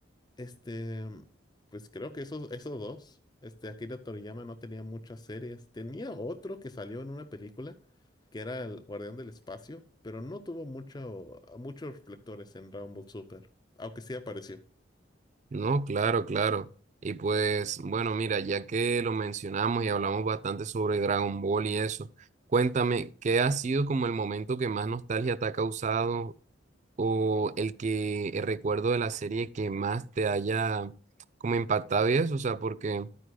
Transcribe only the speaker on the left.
Este, pues creo que esos, esos dos. Este, Akira Toriyama no tenía muchas series. Tenía otro que salió en una película, que era El Guardián del Espacio, pero no tuvo mucho, muchos reflectores en Dragon Ball Super, aunque sí apareció.